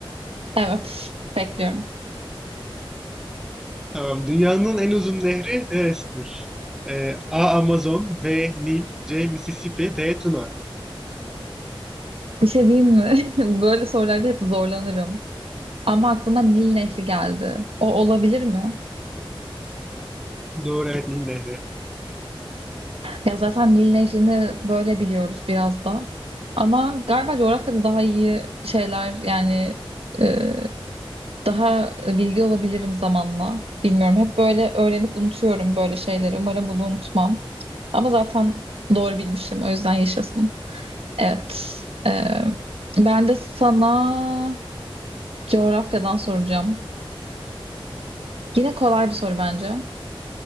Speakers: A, on the right (about 85°); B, in the centre.
A: Evet, bekliyorum.
B: Tamam. Dünyanın en uzun nehri neresidir? Ee, A. Amazon B. Nil C. Mississippi D. Tuna.
A: Bir şey diyeyim mi? <laughs> Böyle sorularda hep zorlanırım. Ama aklıma Nil Nehri geldi. O olabilir mi?
B: Doğru evet Nil Nehri.
A: Ya zaten Nil Nehri'ni böyle biliyoruz biraz da. Ama galiba coğrafyada daha iyi şeyler yani e, daha bilgi olabilirim zamanla. Bilmiyorum. Hep böyle öğrenip unutuyorum böyle şeyleri. Umarım bunu unutmam. Ama zaten doğru bilmişim. O yüzden yaşasın. Evet. E, ben de sana coğrafyadan soracağım. Yine kolay bir soru bence.